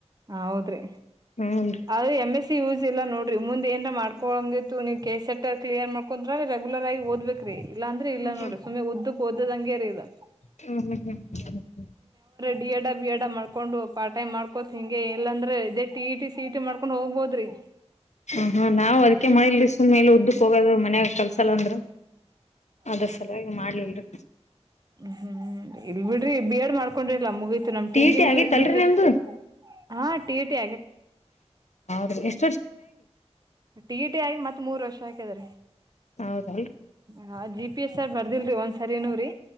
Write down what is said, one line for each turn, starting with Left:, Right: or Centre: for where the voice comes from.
Right: ಹೌದ್ರಿ
Left: ಹೂನ್ರಿ
Right: ಆದ್ರೆ ಎಮ್ ಎಸ್ ಸಿ ಯೂಸ್ ಇಲ್ಲ ನೋಡ್ರಿ ಮುಂದ್ ಏನ್ ಮಾಡ್ಕೊಂಗಿತ್ತು ನೀವು ಕೇಸ್ ಎಟ್ ಕ್ಲಿಯರ್ ಮಾಡ್ಕೊಂಡ್ರೆಗುಲರ್ ಆಗ ಓದ್ಬೇಕ್ರೀ ಇಲ್ಲಾಂದ್ರೆ ಇಲ್ಲ
Left: ಹ್ಮ್ ಹ್ಮ್
Right: ನೋಡ್ರ ಸುಮ್ ಉದ್ದ ಓದ ಹಂಗಗೆ ಇದು
Left: ಹ್ಮ್ ಹ್ಮ್ ಹ್ಮ್ ಹ್ಮ್ ಹ
Right: ಬಿ ಎಡ ಬಿ ಎಡ ಮಾಡಕೊಂಡು ಪಾರ್ಟ್ ಟೈ್ ಮಾಡ್ಕೋತ್ ಹಂಗೆ ಇಲ್ಲ ಅಂದ್ರೆ ಇದೇಟಿ ಟಿ ಚೀಟಿ ಮಾಡ್ಕೊಂಡ್ ಹೋಗ್ಬೋದ್ರಿ
Left: ಹ ಹಾ ನಾವ್ ಅದ್ಕ ಮಾಡಿಲ್ ಸುಮ್ಮ್ೇಲೆ ಉದ್ದಕ್ ಹೋಗೋದು ಮನ್ಯಾಗ ಕಲ್ಸ ಸಲಂದ್ರು ಅದ ಸಲಯಾಗಿ ಮಾಡ್ಲಿಲ್ರಿ
Right: ಹ್ಮ್ ಹ್ಮ್ ಇಲ್ ಬಿಡ್ರಿ ಬಿ ಎಡ್ ಮಾಡ್ಕೊಂಡ್ರಿಲ್ಲ ಮುಗೀತು ನಮ
Left: ಟಿ
Right: ಟೀಚಿಂಗ್
Left: ಇ ಟಿ ಆಗೇತಲ್ರಿ
Right: ಫೀಲ್ಡ್ಗೆ ಎಷ್ಟ
Left: ನಿಮ್ದು
Right: ಹಾ ಟೀ ಟಿ
Left: ಆದ್ರೆಷ್ಟ
Right: ಹ ಟಿ ಟಿ ಆಗಿ ಮತ್ತತ್ ಮೂರ್ ವರ್ಷ ಹಾಕದ್ರಿ
Left: ಹೌದ
Right: ಹ ಜಿ ಪಿ ಎಸ್ ಸರ್ ಬರ್ದಿಲ್ರಿ ಒಂದ್ಸರಿನೂ್ರರಿ